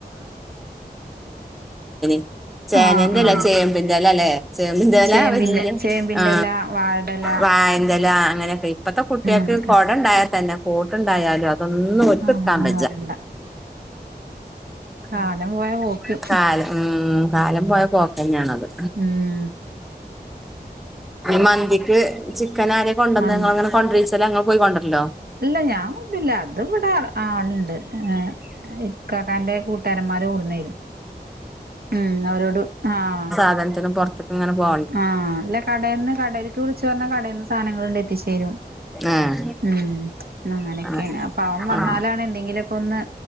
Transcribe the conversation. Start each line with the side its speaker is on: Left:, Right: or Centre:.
Centre: <unintelligible> ചേനന്റെല്ലാ
Right: ആഹ് ആഹ്
Centre: ചേമ്പിന്റെ എലലേ ചേമ്പിന്റെ എല
Right: ചേമ്പിന്റെ ചേമ്പിന്റെല
Centre: ആ
Right: വാഴെടെല
Centre: വാഴൻ്റെ ഇല അങ്ങനെയക്കെ ഇപ്പത്തെ കുട്ടികൾക്ക്
Right: അങ്ങനെയൊക്കെ
Centre: കൊട ഉണ്ടായാൽ തന്നെ കോട്ട് ഉണ്ടായാലും തൊന്നും <unintelligible>
Right: അതൊന്നും വേണ്ട കാലം പോയ പോക്ക്
Centre: വയ്യ കാലം ഉം കാലം പോയ പോക്കന്നയാണത്.
Right: ഉം
Centre: മന്തിക്ക് ചിക്കൻ ആരെ കൊണ്ടുവന്ന്
Right: മന്തി
Centre: <unintelligible> പോയി കൊണ്ടരല്ലോ.
Right: ഇല്ല ഞാൻ കൊണ്ടരൂല്ല അത് ഇവിടെ ആളുണ്ട് ഉം. കാക്കാന്റെ കൂട്ടാരന്മാര് കൂടുന്നേരും ഉം അവരോട് ആഹ്! !
Centre: അതെന്തിന് പൊറത്തൂന്ന്.. അങ്ങനെ പോ...
Right: ആഹ്! അല്ല കടയിൽന്ന്, കടലേക്ക് വിളിച്ചു പറഞ്ഞാൽ കടയിൽ നിന്ന് സാധനങ്ങൾ എത്തിച്ചു തരും
Centre: ഏഹ്
Right: ഉം... അങ്ങനെയൊക്കെയാണ്!
Centre: ആഹ്
Right: അപ്പൊ അവൻ വന്നാലാണ്
Centre: ആഹ്
Right: എന്തെങ്കിലുമൊക്കെ ഒന്ന്